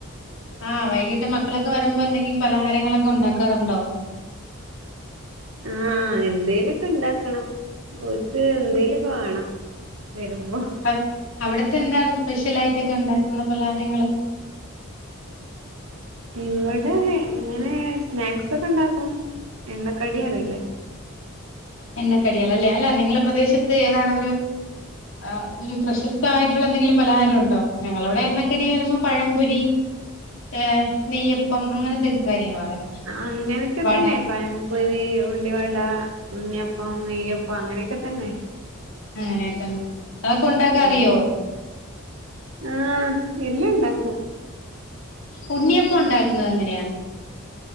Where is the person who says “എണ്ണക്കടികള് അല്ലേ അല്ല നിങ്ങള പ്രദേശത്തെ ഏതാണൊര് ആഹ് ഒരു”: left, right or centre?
Left